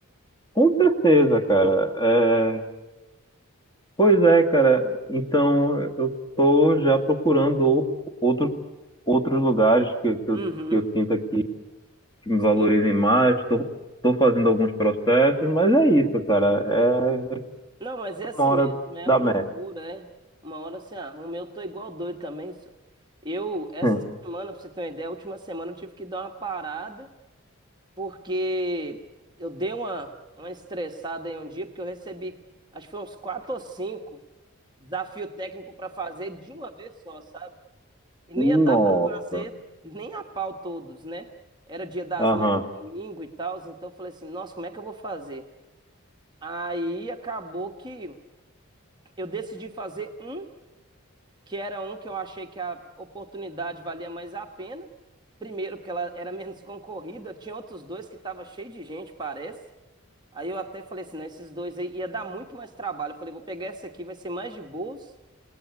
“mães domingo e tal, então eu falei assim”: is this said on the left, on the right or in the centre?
Right